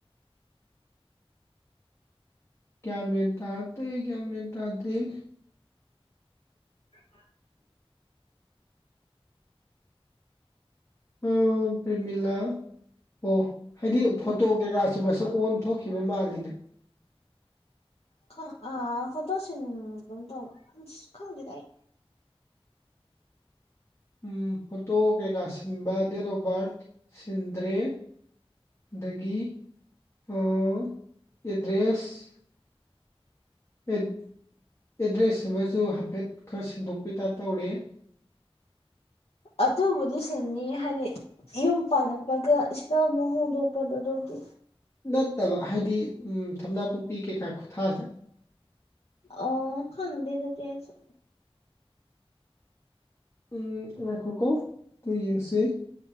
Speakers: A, on the left; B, on the left.
A: ꯒ꯭ꯌꯥꯟ ꯃꯦꯟ ꯇꯥꯗ‌ꯦ ꯒ꯭ꯌꯥꯟ ꯃꯦꯟ ꯇꯥꯗ‌ꯦ
B: <unintelligible>
A: ꯍ‌ꯣ ꯄ꯭ꯔ‌ꯦꯃꯤꯂꯥ ꯑꯣ ꯍꯥꯏꯗꯤ ꯐꯣꯇꯣ ꯀꯩꯀꯥꯁꯨ ꯃꯁꯛ ꯑꯣꯟ ꯊꯣꯛꯈꯤꯕꯩ ꯃꯥꯜꯂꯤꯅꯦ
B: ꯈꯪ ꯑ ꯐꯣꯇꯣ ꯁꯤꯟꯒꯨꯝ ꯇꯧꯕ ꯈꯪꯗꯦꯗ ꯑꯩ
A: ꯎꯝ ꯐꯣꯇꯣ ꯀꯩꯀꯥ ꯁꯤꯟꯕ ꯗꯦꯠ ꯑꯣꯐ ꯕꯥꯔꯠ ꯁꯤꯟꯗ꯭ꯔꯤ ꯑꯗꯒꯤ ꯑꯣ ꯑꯦꯗ꯭ꯔꯦꯁ ꯑ‌ꯦꯗ ꯑꯦꯗ꯭ꯔꯦꯁ ꯁꯤꯃꯁꯨ ꯍꯥꯏꯐꯦꯠ ꯈꯔ ꯁꯤꯟꯗꯣꯛꯄꯤ ꯇꯥꯏꯞ ꯇꯧꯔ‌ꯦ
B: ꯑꯗꯨꯕꯨꯗꯤ ꯁꯤꯟꯅꯤ ꯍꯥꯏꯗꯤ ꯌꯨꯝ ꯄꯥꯜꯂꯛꯄꯒ ꯁꯤꯗ ꯃꯨꯛ ꯍꯣꯡꯗꯣꯛꯄꯗ‌ꯣ ꯑꯗꯨꯒꯤ
A: ꯅꯠꯇꯕ ꯍꯥꯏꯗꯤ ꯎꯝ ꯊꯝꯅꯥꯄꯣꯛꯄꯤ ꯀꯩꯀꯥ ꯈꯨꯊꯥꯁ‌ꯦ
B: ꯑ ꯈꯪꯗ‌ꯦ ꯗꯨꯗꯤ ꯑꯩꯁꯨ
A: ꯎꯝ ꯉꯥꯏꯈꯣꯀꯣ ꯗꯨ ꯌꯦꯡꯁꯤ